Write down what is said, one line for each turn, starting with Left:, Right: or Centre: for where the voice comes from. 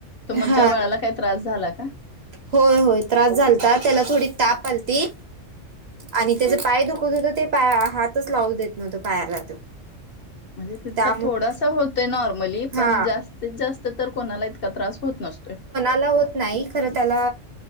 Left: तुमच्या
Right: हा
Left: बाळाला काही त्रास झाला का?
Right: होय होय त्रास झालता त्याला थोडी ताप आलती. आणि त्याच पाय दुखत होतो ते पाया हातच लावू देत नव्हतो पायाला तो.
Left: म्हणजे तितका
Right: त्यामुळे
Left: थोडासा होतोय नॉर्मली
Right: हा
Left: पण जास्तीत जास्त तर कोणाला इतका त्रास होत नसतोय.
Right: ला होत नाही खर त्याला